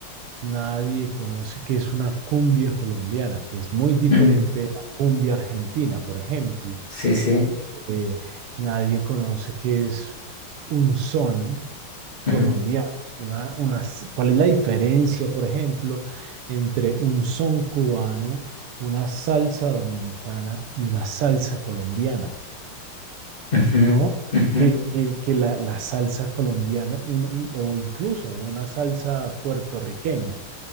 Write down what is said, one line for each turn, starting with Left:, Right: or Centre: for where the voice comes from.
Right: Nadie conoce qué es una cumbia colombiana, que es muy diferente
Left: mm,
Right: de la cumbia argentina, por ejemplo.
Left: sí, sí.
Right: Eh, nadie conoce qué es un son colombiano.
Left: Ujú,
Right: Una, una- ¿cuál es la diferencia, por ejemplo, entre un son cubano, una salsa dominicana y una salsa colombiana?
Left: ujú,
Right: ¿No?
Left: ujú,
Right: Que, que- que la, la salsa colombiana un- un- o incluso una salsa puertorriqueña.